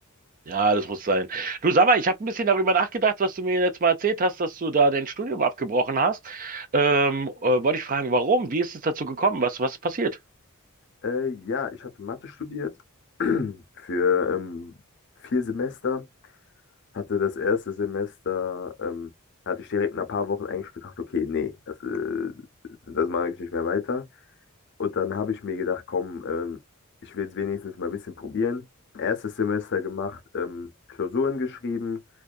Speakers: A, on the right; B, on the left.
A: Ja, das muss sein. Du sag mal, ich habe ein bisschen darüber nachgedacht, was du mir letztes Mal erzählt hast, dass du da dein Studium abgebrochen hast. Ähm, äh, wollte ich fragen, warum? Wie ist es dazu gekommen? Was, was ist passiert?
B: Äh, ja, ich hatte Mathe studiert <clears throat> für ähm, vier Semester. hatte das erste Semester, ähm, hatte ich direkt nach ein paar Wochen eigentlich gedacht, okay, nee, das, äh, das mache ich nicht mehr weiter. Und dann habe ich mir gedacht, komm, ähm, ich will es wenigstens mal ein bisschen probieren. Erstes Semester gemacht, ähm, Klausuren geschrieben,